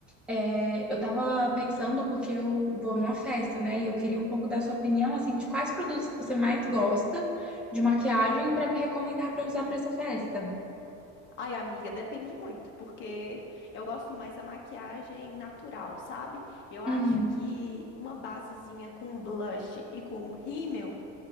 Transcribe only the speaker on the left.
Ai, amiga, depende muito, porque eu gosto mais da maquiagem natural, sabe? Eu acho
que uma basezinha com blush e com um rímel